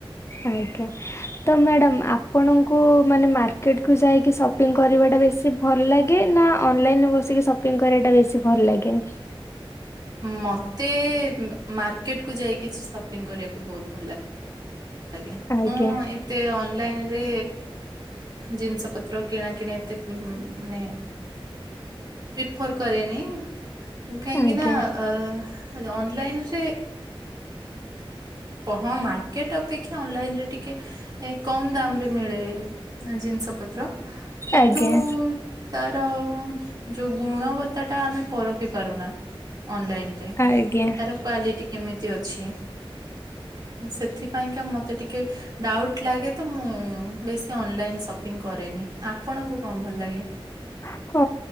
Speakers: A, on the left; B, on the right.
A: ଆଜ୍ଞା। ତ ମ୍ୟାଡ଼ାମ ଆପଣଙ୍କୁ ମାନେ ମାର୍କେଟକୁୁ ଯାଇକି ସପିଙ୍ଗ କରିବାଟା ବେଶୀ ଭଲ ଲାଗେ ନା ଅନଲାଇନରେ ବସିକି ସପିଙ୍ଗ କରିବାଟା ବେଶୀ ଭଲ ଲାଗେ।
B: ମତେ ମାର୍କେଟ କୁ ଯାଇକି ସପିଂ କରିବାକୁ ବହୁତ ଭଲ ଲାଗେ। ଆଜ୍ଞା।
A: ଆଜ୍ଞା।
B: ଏତେ ଅନଲାଇନରେ ଜିନିଷ ପତ୍ର କିଣା କିିଣା ଏତେ ମାନେ ପ୍ରିଫର କରେନି କାହିଁକି
A: ଆଜ୍ଞା
B: ନା ଅ ଅନଲାଇନରେ ଉହଁ ମାର୍କେଟ ଅପେକ୍ଷା ଅନଲାଇନ ରେ ଟିକେ କମ ଦାମ ରେ ମିଳେ ଜିନିଷ ପତ୍ର କିନ୍ତୁ
A: ଆଜ୍ଞା
B: ତାର ଯୋଉ ଗୁଣବତ୍ତା ଟା ଆମେ ପରଖି ପାରୁନା ଅନଲାଇନ।
A: ଆଜ୍ଞା।
B: ତାର କ୍ଵାଲିଟି କେମିତି ଅଛି ସେଥିପାଇଁ ମତେ ଟିକେ ଡାଉଟ ଲାଗେ ତ ମୁଁ ବେଶୀ ଅନଲାଇନ୍ ସପିଙ୍ଗ କରେନି ଆପଣଙ୍କୁ କଣ ଭଲ ଲାଗେ।
A: ହ